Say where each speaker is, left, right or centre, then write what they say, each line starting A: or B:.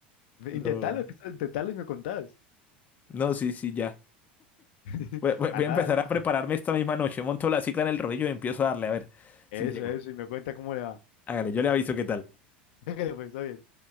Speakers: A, on the left; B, on the left.
A: No,
B: Intentalo, intentalo y me contás.
A: no, sí, sí, ya.
B: <laughs>
A: Voy, voy-
B: Anda,
A: voy a empezar
B: anda.
A: a prepararme esta misma noche. Monto la cicla en el rodillo y empiezo a darle. A ver
B: Eso,
A: si llego.
B: eso, y me cuenta cómo le va.
A: Hágale, yo le aviso qué tal.
B: <laughs> Que le fue, está bien.